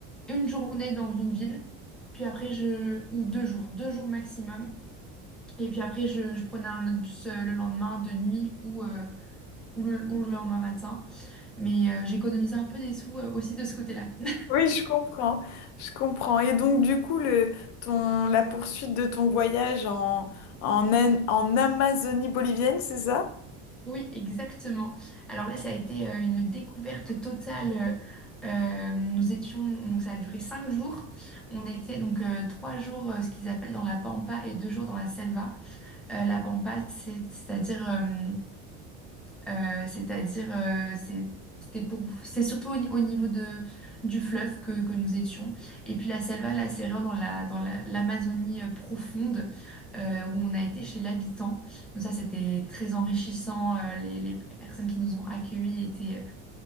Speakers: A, in the centre; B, on the left (about 60°).
A: une journée dans une ville, puis après je... ou deux jours, deux jours maximum. Et puis après, je, je prenais un autre bus euh, le lendemain de nuit ou, euh, ou, le, ou le lendemain matin. Mais euh, j'économisais un peu des sous euh, aussi de ce côté-là. <laughs>
B: Oui, je comprends, je comprends. Et donc du coup, le, ton, la poursuite de ton voyage en, en, An- en Amazonie bolivienne, c'est ça?
A: Oui, exactement. Alors là, ça a été euh, une découverte totale. Euh, euh, nous étions, donc ça a duré cinq jours. On était donc euh, trois jours, euh, ce qu'ils appellent dans la pampa et deux jours dans la selva. Euh, la pampa, c'est- c'est-à-dire, euh, euh, c'est-à-dire, euh, c'est c'était pour, c'est surtout au, ni- au niveau de du fleuve que, que nous étions. Et puis la selva, là, c'est vraiment dans la dans la- l'Amazonie euh, profonde euh, où on a été chez l'habitant. Donc ça, c'était très enrichissant. Euh, les, les personnes qui nous ont accueillis étaient